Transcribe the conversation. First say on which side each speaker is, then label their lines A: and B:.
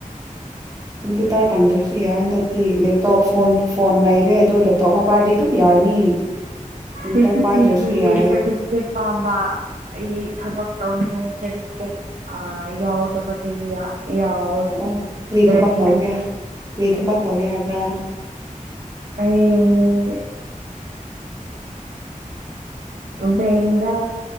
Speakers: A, on the right (about 25°); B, on the right (about 75°).
A: ꯀꯝꯄ꯭ꯌꯨꯇꯔ ꯇꯝꯗ꯭ꯔꯁꯨ ꯌꯥꯏ ꯍꯟꯗꯛꯇꯤ ꯂꯦꯞꯇꯣꯞ ꯐꯣꯟ ꯐꯣꯟ ꯂꯩꯔꯦ ꯑꯗꯣ ꯂꯦꯞꯇꯣꯞ ꯑꯃ ꯄꯥꯏꯔꯗꯤ ꯑꯗꯨꯝ ꯌꯥꯔꯅꯤ ꯀꯝꯄ꯭ꯌꯨꯇꯔ
B: ꯁꯤ ꯁꯤ
A: ꯄꯥꯏꯗ꯭ꯔꯁꯨ
B: ꯁꯤꯕꯤ
A: ꯌꯥꯏꯌꯦ
B: ꯁꯔꯇꯤꯐꯦꯠ ꯑꯄꯥꯝꯕ ꯑꯩ ꯊꯕꯛ ꯇꯧꯅꯤꯡꯉꯥꯏ ꯁꯥꯔꯇꯐꯀꯦꯞ ꯌꯥꯎꯗꯕꯗꯤ ꯌꯥꯎ
A: ꯑꯣ ꯀꯔꯤ
B: ꯗꯗꯤ
A: ꯊꯕꯛ ꯇꯧꯒꯦ ꯀꯔꯤ ꯊꯕꯛ ꯇꯧꯒꯦ ꯍꯥꯏꯕ꯭ꯔꯥ
B: ꯑꯩ ꯎꯝ ꯕꯦꯡꯗ